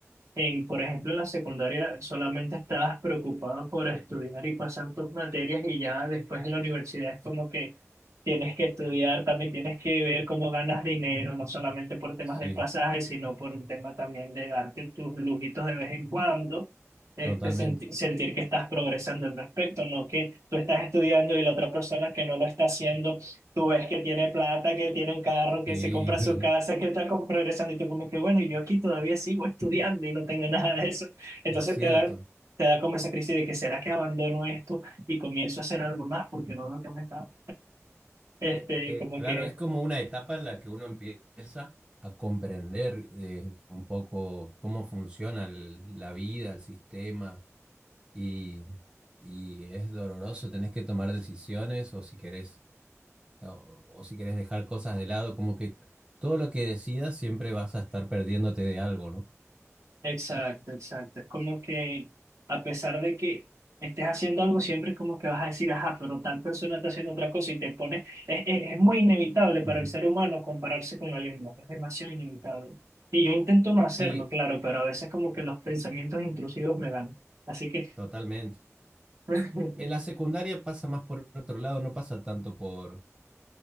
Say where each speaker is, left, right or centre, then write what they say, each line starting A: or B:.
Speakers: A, on the right; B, on the right.
A: en, por ejemplo, en la secundaria solamente estabas preocupado por estudiar y pasar tus materias y ya después en la universidad es como que tienes que estudiar, también tienes que ver cómo ganas dinero, no solamente por temas
B: Sí.
A: de pasaje, sino por un tema también de darte tus lujitos de vez en cuando, este,
B: Totalmente.
A: senti- sentir que estás progresando al respecto, no que tú estás estudiando y la otra persona que no lo está haciendo Tú ves que tiene plata, que tiene un carro, que
B: Sí,
A: se compra su casa, que está con- progresando y tú como que, bueno, y yo aquí todavía sigo estudiando y no tengo <laughs> nada de eso. Entonces
B: <laughs> es cierto.
A: te da, te da como esa crisis de que, ¿será que abandono esto y comienzo a hacer algo más porque no veo que me está? Este,
B: Eh,
A: como
B: claro,
A: que
B: es como una etapa en la que uno empieza a comprender eh, un poco cómo funciona el- la vida, el sistema, y, y es doloroso, tenés que tomar decisiones o si querés, o, o si querés dejar cosas de lado, como que todo lo que decidas siempre vas a estar perdiéndote de algo, ¿no?
A: Exacto, exacto. Es como que a pesar de que estés haciendo algo, siempre como que vas a decir, ajá, pero tal persona está haciendo otra cosa y te pones, es, es, es muy inevitable para
B: Ujú.
A: el ser humano compararse con alguien más, es demasiado inevitable. Y yo intento no hacerlo,
B: Sí,
A: claro, pero a veces como que los pensamientos intrusivos me ganan. Así que,
B: totalmente.
A: <laughs>
B: En la secundaria pasa más por otro lado, no pasa tanto por,